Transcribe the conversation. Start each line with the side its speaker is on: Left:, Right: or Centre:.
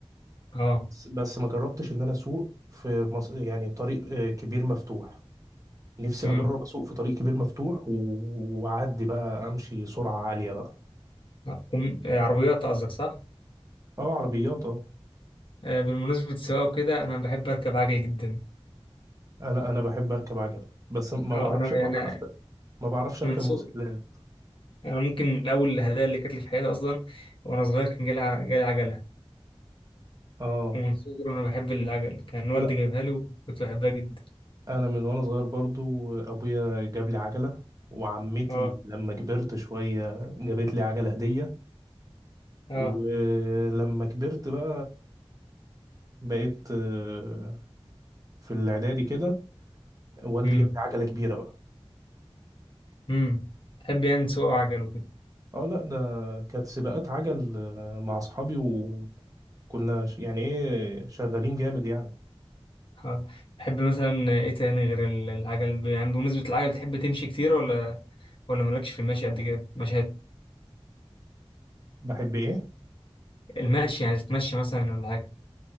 Left: اه
Right: بس ما جربتش ان انا اسوق في مص... يعني طريق آه، كبير مفتوح نفسي
Left: امم
Right: اجرب اسوق في طريق كبير مفتوح و- واعدي بقى امشي سرعه عاليه بقى
Left: آه، وم- آه، عربيات قصدك صح
Right: اه عربيات اه
Left: آه، بالمناسبه السواقه وكده انا بحب اركب عجل جدا
Right: انا انا بحب اركب عجل بس ما
Left: اه
Right: بعرفش
Left: انا
Right: ما
Left: يعني
Right: بعرفش ما بعرفش اركب
Left: من صغر
Right: موتوسيكلات
Left: انا ممكن من اول الهدايا اللي كانت لي في حياتي اصلا وانا صغير كان جالي ع- جالي عجله
Right: اه
Left: ومن صغري وانا بحب العجل كان والدي
Right: لا
Left: جايبها لي وكنت بحبها جدا
Right: انا من وانا صغير برضو ابويا جاب لي عجله وعمتي
Left: اه
Right: لما كبرت شويه جابت لي عجله هديه
Left: اه
Right: ولما كبرت بقى بقيت آه، في الاعدادي كده والدي
Left: امم
Right: جاب لي عجله كبيره بقى
Left: امم تحب يعني تسوق عجل وكده
Right: اه لا ده كانت سباقات عجل آه، مع اصحابي وكنا ش- يعني ايه شغالين جامد يعني
Left: اه تحب مثلا ايه تاني غير ال- العجل يعني بمناسبة العجل تحب تمشي كتير ولا ولا مالكش في المشي قد كده مشي هت-
Right: بحب ايه
Left: المشي يعني تتمشى مثلا ولا حاجة